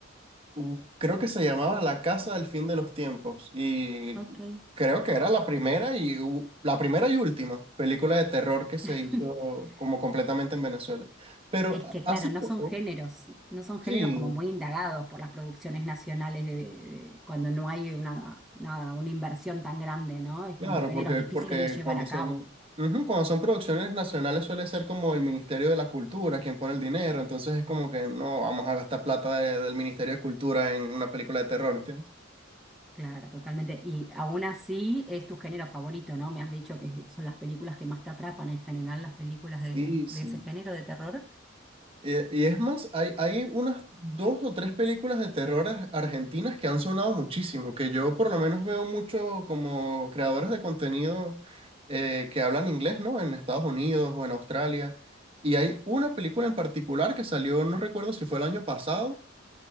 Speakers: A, on the right (about 30°); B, in the centre.
A: Uh, Creo que se llamaba La Casa del Fin de los Tiempos y
B: Ok.
A: creo que era la primera y u- la primera y última película de terror que se
B: <laughs>
A: hizo como completamente en Venezuela. Pero
B: Es que,
A: hace
B: claro, no
A: poco,
B: son géneros, no son
A: sí,
B: géneros como muy indagados por las producciones nacionales de, de- cuando no hay una, nada, una inversión tan grande, ¿no? Es
A: claro,
B: como géneros
A: porque,
B: difíciles
A: porque
B: de llevar
A: cuando
B: a
A: son,
B: cabo.
A: ujú, cuando son producciones nacionales suele ser como el Ministerio de la Cultura quien pone el dinero, entonces es como que no vamos a gastar plata de- del Ministerio de Cultura en una película de terror, ¿entiendes?
B: Claro, totalmente. Y aún así es tu género favorito, ¿no? Me has dicho que son las películas que más te atrapan en general, las películas
A: Sí,
B: de,
A: sí.
B: de ese género de terror.
A: Eh, Y, es más, hay, hay unas dos o tres películas de terror ar- argentinas que han sonado muchísimo, que yo por lo menos veo mucho como creadores de contenido eh, que hablan inglés, ¿no? En Estados Unidos o en Australia. Y hay una película en particular que salió, no recuerdo si fue el año pasado,